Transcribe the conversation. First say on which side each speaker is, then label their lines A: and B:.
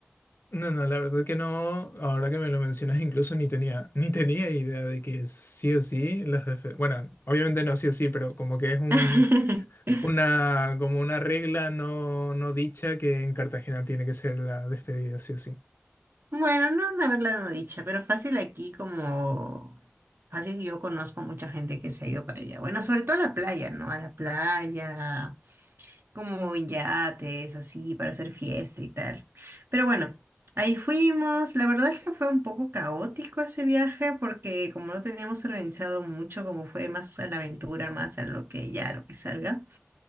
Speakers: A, on the left; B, on the right.
A: No, no, la verdad que no. Ahora que me lo mencionas, incluso ni tenía, <laughs> ni tenía idea de que sí o sí las defe- Bueno, obviamente no sí o sí, pero como que es un,
B: <laughs>
A: una, como una regla no, no dicha que en Cartagena tiene que ser la despedida sí o sí.
B: Bueno, no una verdad no dicha, pero fácil aquí como fácil yo conozco mucha gente que se ha ido para allá. Bueno, sobre todo a la playa, ¿no? A la playa como en yates, así, para hacer fiesta y tal. Pero bueno, ahí fuimos. La verdad es que fue un poco caótico ese viaje porque como no teníamos organizado mucho, como fue más a la aventura, más a lo que ya, lo que salga,